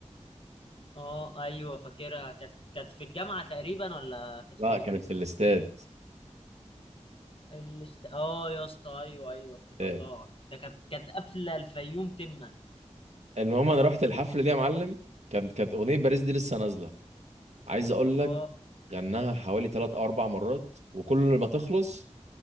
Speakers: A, on the left; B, on the right.
A: اه ايوه فاكرها كانت كانت في الجامعة تقريبا ولا كانت
B: لا
A: فين؟
B: كانت في الاستاد
A: الاست... اه يا اسطى ايوه ايوه افتكرتها
B: آه،
A: ده كانت كانت قافلة الفيوم تما
B: المهم انا رحت الحفله دي يا معلم كانت كانت اغنيه باريس دي لسه نازله عايز اقول لك
A: اه
B: غناها حوالي ثلاث او اربع مرات وكل ما تخلص